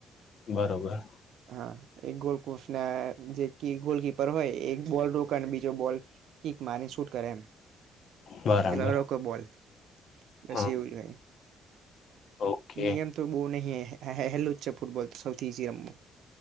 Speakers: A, on the left; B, on the right.
A: બરોબર.
B: હા, એક ગોલકૂફ ના જે ગોલકીપર હોય એક બોલ રોકા અને બીજો બોલ. કિક મારી શૂટ કરે એમ
A: બરાબર.
B: પેલો રોકે બોલ બસ
A: હા
B: એવું જ હોય
A: ઓકે
B: નિયમ. તો બહુ નહીં હેલ્લું જ છે, ફૂટબોલ તો સૌથી ઇઝી રમવું